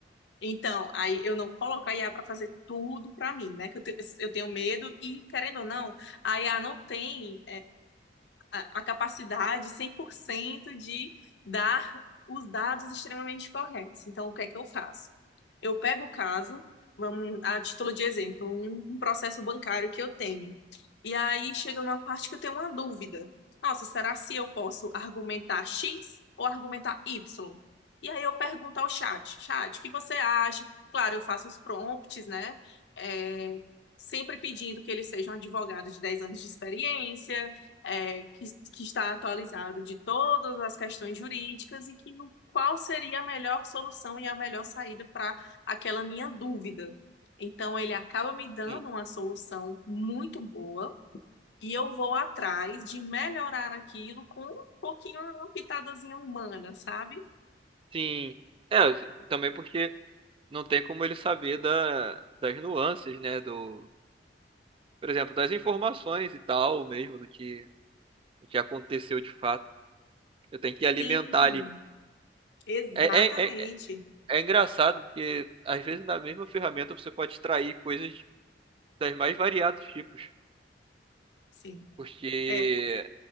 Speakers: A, on the left; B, on the right.
A: Então, aí eu não coloco a IA para fazer tudo para mim, né? Que eu, te- eu tenho medo e, querendo ou não, a IA não tem. a, a capacidade 100% de dar os dados extremamente corretos. Então, o que é que eu faço? Eu pego o caso, vamos, a título de exemplo, um, um processo bancário que eu tenho. E aí chega numa parte que eu tenho uma dúvida. Nossa, será se eu posso argumentar X ou argumentar Y? E aí eu pergunto ao chat, chat, o que você acha? Claro, eu faço os prompts, né? É, sempre pedindo que ele seja um advogado de 10 anos de experiência, é, que, que está atualizado de todas as questões jurídicas e que o- qual seria a melhor solução e a melhor saída para aquela minha dúvida. Então, ele acaba me dando
B: Sim.
A: uma solução muito boa e eu vou atrás de melhorar aquilo com um pouquinho, uma pitadazinha humana, sabe?
B: Sim. É, também porque não tem como ele saber da, das nuances, né? Do, por exemplo, das informações e tal, mesmo do que, do que aconteceu de fato. Eu tenho que alimentar
A: Sim,
B: ali.
A: exatamente.
B: É, é, é É engraçado porque, às vezes, na mesma ferramenta você pode extrair coisas das mais variados tipos.
A: Sim,
B: Porque
A: é